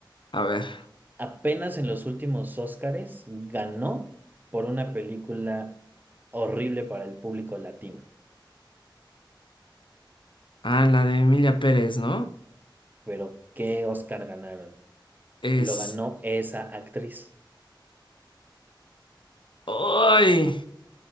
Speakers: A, on the left; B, on the right.
A: A ver.
B: Apenas en los últimos Óscares ganó por una película horrible para el público latino.
A: Ah, la de Emilia Pérez, ¿no?
B: Pero ¿qué Óscar ganaron?
A: Es...
B: Y lo ganó esa actriz.
A: Ay.